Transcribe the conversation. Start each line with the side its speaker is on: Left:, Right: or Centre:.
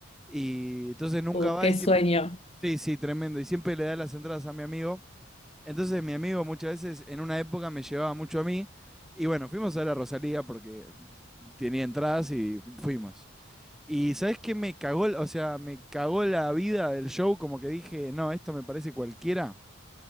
Centre: Y entonces nunca
Left: Uh,
Centre: va
Left: qué
Centre: y siempre.
Left: sueño.
Centre: Sí, sí, tremendo. Y siempre le da las entradas a mi amigo. Entonces mi amigo muchas veces en una época me llevaba mucho a mí. Y bueno, fuimos a la Rosalía porque tenía entradas y fuimos. Y ¿sabes qué me cagó? O sea, me cagó la vida del show, como que dije, no, esto me parece cualquiera.